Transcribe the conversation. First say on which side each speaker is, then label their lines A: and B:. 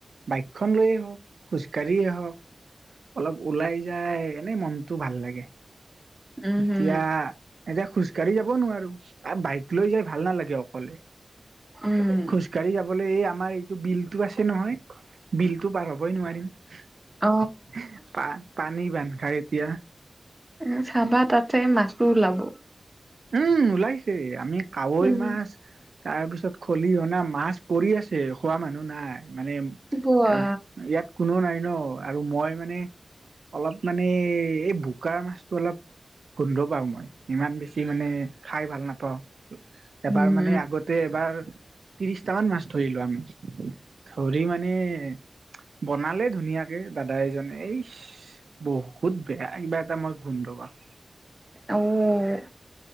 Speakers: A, on the right; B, on the right.
A: বাইকখন লৈয়ে হওক, খোজকাঢ়িয়েই হওক <unintelligible> অলপ ওলাই যায় এনেই মনটো ভাল লাগে।
B: উমহু
A: এতিয়া <unintelligible> এতিয়া খোজকাাঢ়ি যাব নোৱাৰো আৰু বাইক লৈ যাই ভাল নালাগে অকলে।
B: উম
A: খোজ <unintelligible> খোজকাঢ়ি যাবলৈ এই আমাৰ এইটো বিলটো আছে নহয় বিলটো পাৰ হবই নোৱাৰিম। <unintelligible> <unintelligible>
B: অ
A: পা-পানী বান্ধ খায় এতিয়া।
B: উম! চাবা তাতে মাছ‌ও ওলাব। <unintelligible>
A: উম ওলাইছে আমি কাৱৈ
B: উম,
A: মাছ <unintelligible> তাৰ পিছত খলিহনা মাছ পৰি আছে খোৱা মানুহ নাই। মানে <unintelligible> <unintelligible>
B: বোৱা
A: ইয়াত কোনোও নাই ন আৰু মই মানে অলপ মানে এই বোকাৰ মাছটো অলপ গোন্ধ পাওঁ মই। ইমান বেছি <unintelligible> বেছি মানে খাই ভাল নাপাওঁ।
B: উম
A: এবাৰ মানে আগত <inaudible> <unintelligible> এবাৰ ত্ৰিছটা মান মাছ ধৰিলো আমি ধৰি মানে <inaudible> বনালে ধুনীয়াকে দাদা এজনে এই <unintelligible> বহুত বেয়া কিবা এটা মই গোন্ধ পাওঁ। <unintelligible>
B: অঁ!